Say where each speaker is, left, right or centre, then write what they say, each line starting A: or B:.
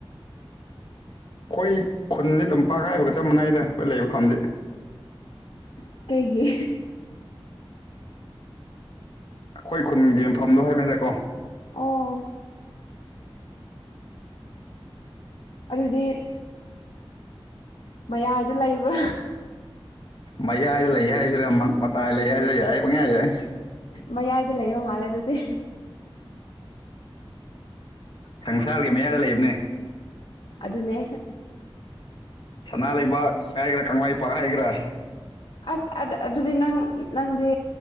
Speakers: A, on the left (about 65°); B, on the left (about 85°).
A: ꯑꯩꯈꯣꯏ ꯈꯨꯟꯗꯤ ꯇꯝꯄꯥꯛ ꯍꯥꯏꯕꯒ ꯆꯞ ꯃꯥꯟꯅꯩꯗ ꯑꯩꯈꯣꯏ ꯂꯩꯕ ꯈꯨꯟꯗꯤ
B: ꯏꯁ ꯀꯩꯒꯤ
A: ꯑꯩꯈꯣꯏ ꯈꯨꯟꯒꯤ ꯌꯨꯝꯐꯝꯗꯣ ꯍꯥꯏꯕꯅꯤꯗꯀꯣ
B: ꯑꯣ ꯑꯗꯨꯗꯤ ꯃꯌꯥꯏꯗ ꯂꯩꯕ꯭ꯔꯥ
A: ꯃꯌꯥꯏꯗ ꯂꯩ ꯍꯥꯏꯁꯤꯔ ꯃꯇꯥꯏ ꯂꯩ ꯍꯥꯏꯁꯤꯔ ꯌꯥꯏ ꯄꯨꯡꯌꯥ ꯌꯥꯏ
B: ꯃꯌꯥꯏꯗ ꯂꯩꯕ ꯃꯥꯜꯂꯦ ꯑꯗꯨꯗꯤ
A: ꯁꯪꯁꯥꯔꯒꯤ ꯃꯌꯥꯗ ꯂꯩꯕꯅꯦ
B: ꯑꯗꯨꯅꯦ
A: ꯁꯅꯥꯂꯩꯕꯥꯛ ꯍꯥꯏꯒꯔꯥ ꯀꯪꯂꯩꯄꯥꯛ ꯍꯥꯏꯒꯦꯔꯥ
B: ꯑꯁ ꯑꯥ ꯑꯗꯨꯗꯤ ꯅꯪ ꯅꯪꯗꯤ